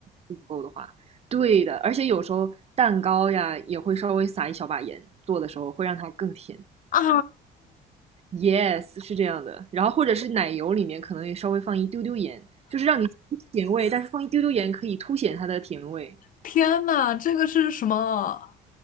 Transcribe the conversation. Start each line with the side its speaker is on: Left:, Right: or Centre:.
Right: 不够的话，对的。而且有时候蛋糕呀，也会稍微撒一小把盐，做的时候会让它更甜。
Left: <laughs> 啊！
Right: Yes，是这样的。然后或者是奶油里面可能也稍微放一丢丢盐，就是让你甜味，但是放一丢丢盐可以凸显它的甜味。
Left: 天呐，这个是什么？